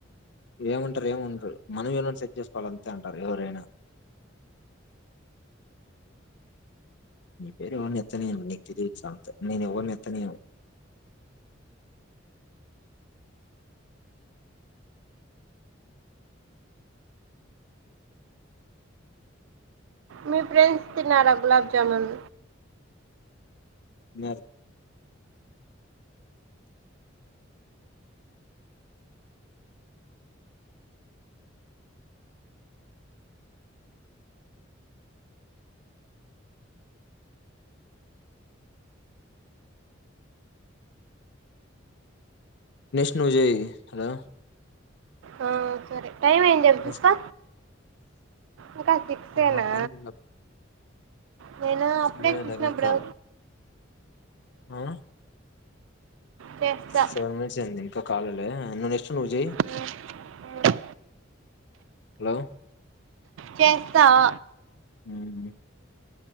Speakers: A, on the left; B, on the right.
A: ఏమంటారు ఏమనరు మనమే ఎవరినన్నా సెట్ చేసుకోవాలి అంతే అంటారు ఎవరైనా వేరే ఎవ్వరిని ఎత్తన నియ్యను నిక్కీ దీన్ సమాతే నేను ఎవరిని ఎత్తనియ్యను
B: మీ ఫ్రెండ్స్ తిన్నారా గులాబ్ జామున్
A: నర్‌ నెక్స్ట్ నువ్వు చెయ్ హలో
B: ఆ సరే టైం అయ్యింది జల్ చూస్కో
A: నెక్స్ట్
B: ఇంకా సిక్సేనా
A: మా టైం
B: నేనా అప్పుడే
A: లేదు
B: చూసినప్పుడో
A: లేదు ఇంకా కాల్ ఆ
B: చేస్తా
A: సెవెన్ మినిట్స్ అయింది ఇంకా కాల లేండే నువ్ నెక్స్ట్ నువ్ జేయ్
B: మ్మ్, మ్మ్,
A: హలో
B: చేస్తా ఆ
A: హ్మ్